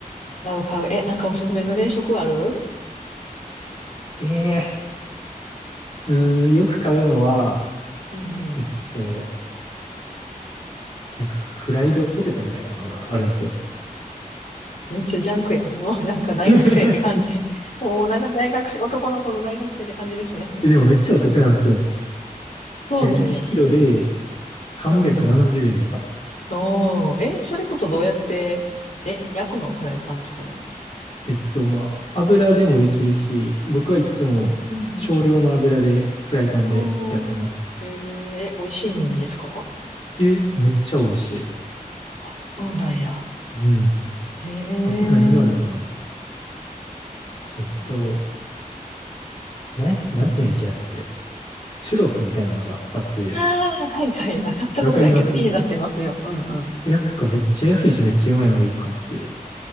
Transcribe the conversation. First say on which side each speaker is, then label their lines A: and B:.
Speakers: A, on the left (about 60°); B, on the left (about 45°).
A: 買う買う。え、なんかおすすめの冷食ある
B: ええうーん、よく買うのは、
A: うんうん。
B: えっと、なんかフライドポテトみたいなのがあるんですよ。
A: めっちゃジャンクや。<laughs> もうなんか大学生って感じ。
B: <laughs>
A: もうなんか大学生、男の子の大学生って感じですね。
B: えでもめっちゃお得なんですよ。
A: そうなんや。
B: なんか1キロで370円とか。
A: うんうん。おー、え、それこそどうやって、え、焼くのフライパンとかで。
B: えっと、まあ、油でもできるし、僕はいつも少量の油でフライパンでやってます。
A: うんうんうん。おー、えー、美味しいんですか
B: え、めっちゃ美味しい。
A: そうなんや。
B: うん。
A: へえー、
B: あと何があるかな
A: そっか。
B: えっと、なん、なんていうんやっけ、
A: うん
B: あれ。チュロスみたいなのがあって、
A: ああ、はいはい。あ、買ったことないけど気になってますよ。
B: わかります
A: うんうん。
B: えなんかめっちゃ安いしめっちゃうまいのが一個あって、